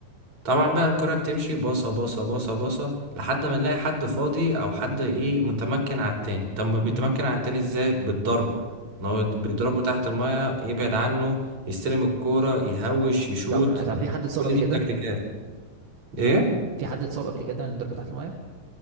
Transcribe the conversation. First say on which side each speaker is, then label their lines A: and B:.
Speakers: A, on the right (about 55°); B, on the right (about 80°).
A: طبعا بقى الكرة بتمشي باصة باصة باصة باصة لحد ما نلاقي حد فاضي او حد ايه متمكن على التاني طب ما بيتمكن
B: امم
A: على التاني ازاي بالضرب ان هو يض- بيضربه تحت المية يبعد عنه يستلم الكورة يهوش يشوت
B: طب طب في حد اتصاب
A: كل
B: قبل
A: دي
B: كده
A: تكتيكات ايه
B: في حد اتصاب قبل كده من الضرب تحت المية